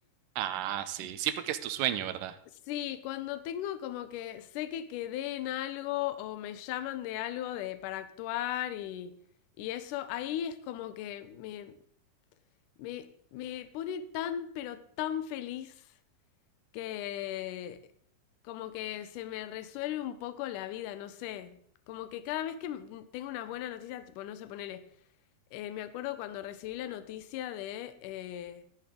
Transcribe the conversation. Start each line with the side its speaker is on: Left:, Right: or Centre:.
Right: Ah, sí, sí, porque es tu sueño, ¿verdad?
Left: Sí, cuando tengo como que sé que quedé en algo o me llaman de algo de para actuar y, y eso, ahí es como que me, me, me pone tan, pero tan feliz. que como que se me resuelve un poco la vida, no sé. Como que cada vez que m- tengo una buena noticia, tipo, no sé, ponele. eh, me acuerdo cuando recibí la noticia de, eh,